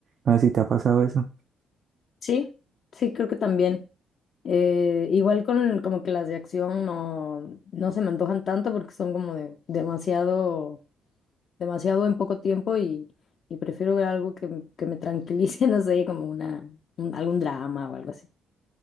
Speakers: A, on the right (about 55°); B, on the left (about 60°).
A: No sé si te ha pasado eso.
B: Sí, sí, creo que también. Eh, igual con como que las de acción no, no se me antojan tanto porque son como de demasiado, demasiado en poco tiempo y, y prefiero ver algo que, que me tranquilice, <laughs> no sé, como una, un- algún drama o algo así.